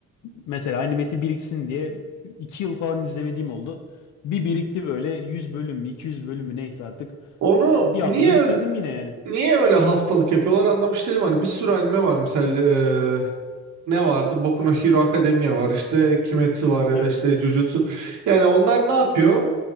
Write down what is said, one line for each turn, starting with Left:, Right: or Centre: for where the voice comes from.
Left: mesela animesi biriksin diye 2 yıl falan izlemediğim oldu. Bir birikti böyle 100 bölüm mü 200 bölüm mü neyse artık.
Right: Onu
Left: E, Bir
Right: niye
Left: haftada bitirdim yine yani.
Right: Niye öyle haftalık yapıyorlar anlamış değilim. Hani bir sürü anime var mesela eee, ne vardı? Boku no Hero Academia var işte Kimetsu var ya
Left: Evet.
Right: da işte Jujutsu. Yani onlar ne yapıyor?